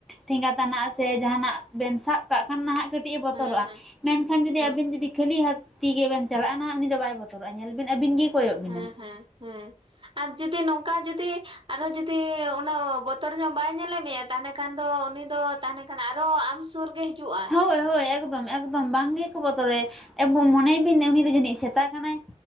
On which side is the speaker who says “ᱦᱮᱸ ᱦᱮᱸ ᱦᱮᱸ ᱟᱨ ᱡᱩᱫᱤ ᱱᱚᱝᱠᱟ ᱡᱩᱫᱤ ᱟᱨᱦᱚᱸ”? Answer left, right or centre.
Right